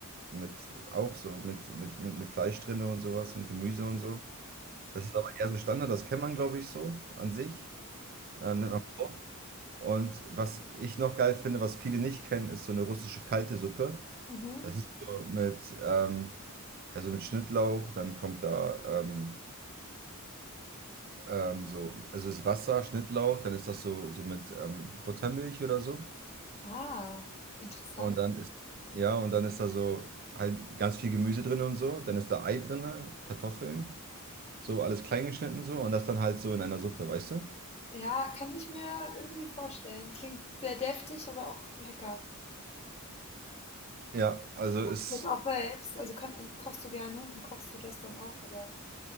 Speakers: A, on the right; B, on the left.
A: Mit, auch so mit, mit, mit, mit Fleisch drinne und sowas und Gemüse und so. Das ist aber eher so Standard, das kennt man, glaube ich, so an sich. Äh, nennt man Plov. Und was ich noch geil finde, was viele nicht kennen, ist so eine russische kalte Suppe.
B: Mhm.
A: Das ist so mit, ähm, also mit Schnittlauch, dann kommt da ähm, Ähm, so, also ist Wasser, Schnittlauch, dann ist das so, so mit ähm, Buttermilch oder so.
B: Ah, interessant.
A: Und dann ist, ja, und dann ist da so halt ganz viel Gemüse drin und so. Dann ist da Ei drin, Kartoffeln, so alles klein geschnitten so. Und das dann halt so in einer Suppe, weißt du?
B: Ja, kann ich mir irgendwie vorstellen. Klingt sehr deftig, aber auch lecker.
A: Ja, also ist,
B: Kochst auch selbst? Also kann, ähm, kochst du gerne und kochst du das dann auch, oder?